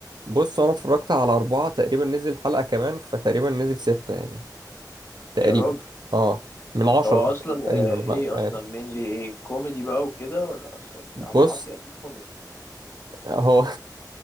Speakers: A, on the right; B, on the left.
A: وبص <laughs> انا اتفرجت على اربعه تقريبا نزل حلقه كمان فتقريبا نزل سته يعني تقريبا
B: يا راجل
A: اه من عشره
B: ده هو اصلا
A: تقريبا
B: آه،
A: بقى
B: ايه
A: مش عارف
B: اصلا مين ايه كوميدي بقى وكده ولا أصل أكيد- عبد
A: بص
B: العاطي اكيد كوميدي
A: هو